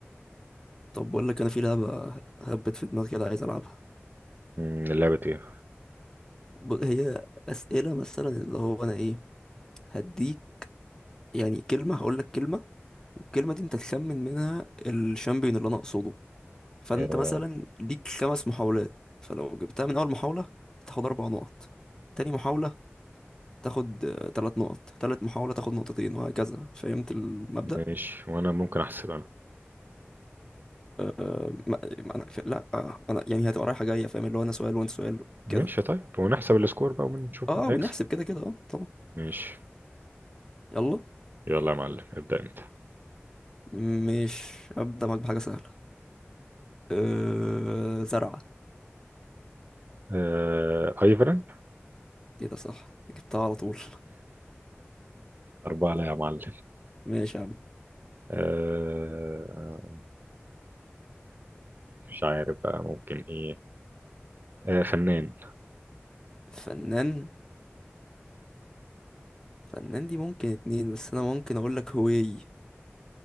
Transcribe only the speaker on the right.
أمم، لعبة ايه؟
آه
ماشي وانا ممكن احسب انا
ماشي
طيب ونحسب السكور بقى ونشوف
مين هيكسب
ماشي
يلا يا معلم ابدأ انت
آه ايفرن
أربعة لا يا معلم
آه مش عارف بقى ممكن ايه آه، فنان